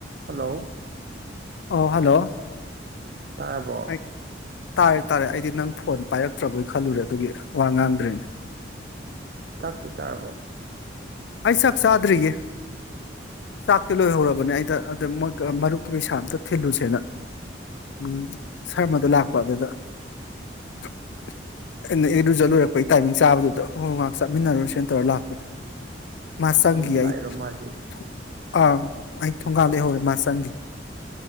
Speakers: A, on the right; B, on the left.
A: hello
B: ꯑꯣ hello
A: ꯇꯥꯔꯕꯣ
B: ꯑꯩ ꯇꯥꯔꯦ ꯇꯥꯔꯦ ꯑꯩꯗꯤ ꯅꯪ ꯐꯣꯟ ꯄꯥꯏꯔꯛꯇ꯭ꯔꯕꯣꯏ ꯈꯜꯂꯨꯔꯦ ꯑꯗꯨꯒꯤ ꯋꯥ ꯉꯥꯡꯗ꯭ꯔꯤꯅꯦ
A: ꯊꯥꯛꯛꯇꯤ ꯆꯥꯔꯕꯣ
B: ꯑꯩ ꯆꯥꯛ ꯆꯥꯗ꯭ꯔꯤꯒꯦ ꯆꯥꯛꯇꯤ ꯂꯣꯏꯍꯧꯔꯕꯅꯦ ꯑꯩꯗ ꯑꯗꯨꯗꯣꯏ ꯃꯔꯨꯞꯀꯤ ꯄꯩꯁꯥ ꯑꯇ ꯊꯤꯜꯂꯨꯁꯦꯅ ꯎ ꯁꯔꯃꯗꯣ ꯂꯥꯛꯄ ꯑꯗꯨꯗꯩꯅ ꯏꯔꯨꯖ ꯂꯣꯏꯔꯛꯄꯩ ꯇꯥꯏꯃꯤꯡ ꯆꯥꯕꯗꯨꯗ ꯍꯣꯏ ꯉꯥꯏꯍꯥꯛ ꯆꯠꯃꯤꯟꯅꯔꯨꯔꯁꯅ ꯇꯧꯔ ꯂꯥꯛꯄꯅꯦ ꯃꯥꯁꯒꯤꯤ
A: ꯁꯨꯝ
B: ꯑꯥ
A: ꯂꯥꯛꯏꯔꯣ ꯃꯥꯗꯤ
B: ꯑꯩ ꯊꯣꯡꯒꯥꯗꯦ ꯍꯧꯔꯦ ꯃꯥ ꯆꯪꯒꯤ